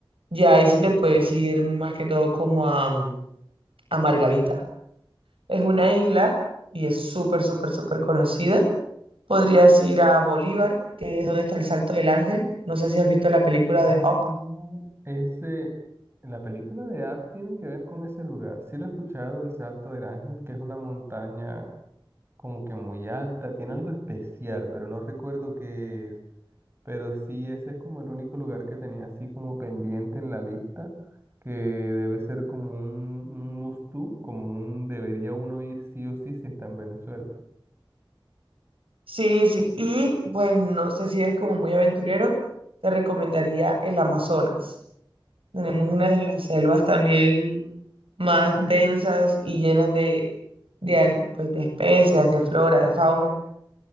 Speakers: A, on the right; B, on the right.
A: ya ahí sí te puedes ir más que todo como a, a Margarita. Es una isla y es súper, súper, súper conocida Podrías ir a Bolívar, que es donde está el Salto del Ángel. No sé si has visto la película de
B: Ah,
A: Up.
B: ese, la película de App tiene que ver con ese lugar. Sí lo he escuchado, el Salto del Ángel, que es una montaña como que muy alta, tiene algo especial, pero no recuerdo qué es. Pero sí, ese es como el único lugar que tenía así como pendiente en la lista, que debe ser como un, un must do, como un debería uno ir sí o sí si está en Venezuela.
A: Sí, sí. Y pues no sé si eres como muy aventurero, te recomendaría el Amazonas. Tenemos una de las selvas también más densas y llenas de, de, an- pues, de especies, de flora, de fauna.